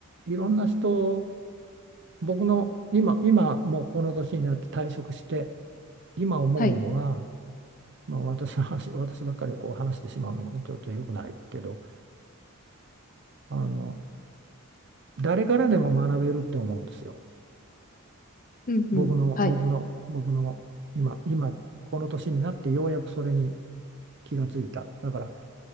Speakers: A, on the right; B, on the left.
A: いろんな人僕の今今もうこの年になって退職して今思うのは、
B: はい、
A: まあ、私の話私ばっかりこう話してしまうのもちょっと良くないけどあの誰からでも学べるって思うんですよ。
B: うん、
A: 僕の僕の僕の今今この年になってようやくそれに
B: うん、はい、
A: 気がついた。だから